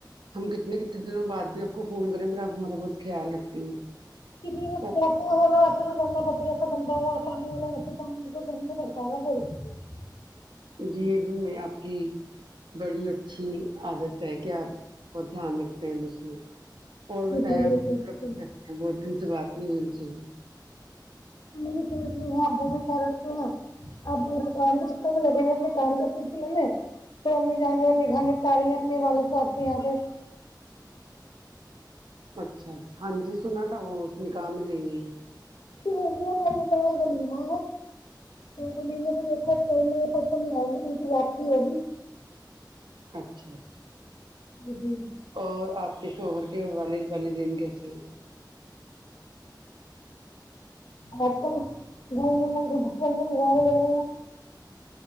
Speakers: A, on the right; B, on the left.
A: ہم کتنے کتنے دنوں بعد بھی آپ کو فون کریں پر آپ ہمارا بہت خیال رکھتی ہیں
B: کہ ج
A: اور
B: جیسا ہوا ایسا کرنا پڑتا جیسا بندہ ہو آسامنے والاسے کرنے پڑتا کنا بولتی
A: جی ابھی میں آپ کی بڑی اچھی عادت ہے کیا آپ وہت دھیان رکھتے ہیں دوسروں کا اور
B: جی
A: بتایا
B: جی بالکل
A: کیسے
B: بالکل
A: ہیں بہت دن سے بات نہیں ہوئی ان سے بھی
B: میری پڑ بھی ہے ابو بھی کہہ رکتے ہیں آپا کام کے چککا میں لگے ہیں اپنے کام کے سلسلے میں تو امی جان جان نگانانی پای ہیں اپنے والد صاحب کے یہاں پ سے
A: اچھا اچھا ہاں ج سنا تھا وہ نکام گئیئی ہے
B: ت م ممی پ بلیینا ت کو میں سے دیکھو کل میں پرسوں میں آئیں گا ان کی واپسی ہوگی
A: اچھا اچھا
B: جی ہوں
A: اور آپ کے شوہر کے والد والدین کیسے
B: آل جلی م ب گزارے لے رہے ہیں